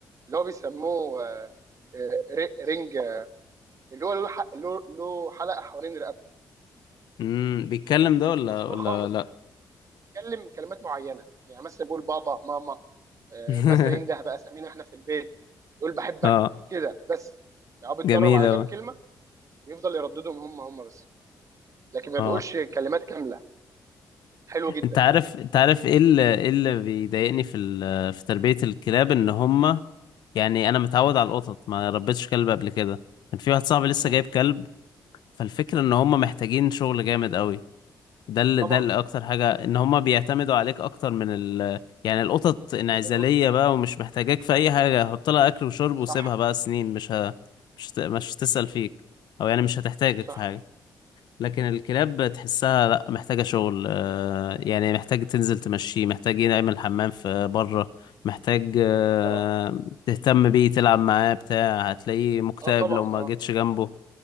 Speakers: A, on the right; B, on the left.
A: اللي هو بيسموه آه، ر- رنج اللي هو له ح- له له حلقه حوالين رقبته
B: مم. بيتكلم ده ولا
A: مشهور
B: ولا
A: خالص
B: لأ
A: بيتكلم كلمات معينه يعني مثلا بيقول بابا ماما آه،
B: <laughs>
A: مثلا ينده باسامينا احنا في البيت يقول بحبك
B: اه
A: كده بس يعني هو بيتدرب
B: جميل
A: على
B: أوي
A: كام كلمه يفضل يرددهم هم هم بس لكن ما
B: اه
A: بيقولش كلمات كامله حلو جدا
B: انت عارف انت عارف ايه اللي ايه اللي بيضايقني في ال... في تربية الكلاب ان هما يعني انا متعود على القطط ما ربيتش كلب قبل كده كان في واحد صاحبي لسه
A: مم.
B: جايب كلب فالفكرة ان هما محتاجين شغل جامد قوي ده ال...
A: طبعا
B: ده ال- اكتر حاجة ان هما بيعتمدوا عليك اكتر من ال... يعني القطط انعزالية
A: من القطه
B: بقى ومش محتاجاك في اي حاجة حط لها اكل وشرب
A: صح
B: وسيبها بقى سنين مش ه... مش هت... مش هتسأل فيك او يعني مش هتحتاجك
A: صح
B: في حاجة لكن الكلاب تحسها لا محتاجة شغل آه، يعني محتاج تنزل تمشيه محتاج يعمل حمام في بره محتاج آه،
A: اه
B: تهتم بيه تلعب معاه بتاع هتلاقيه مكتئب
A: اه طبعا
B: لو ما
A: اه
B: جيتش جنبه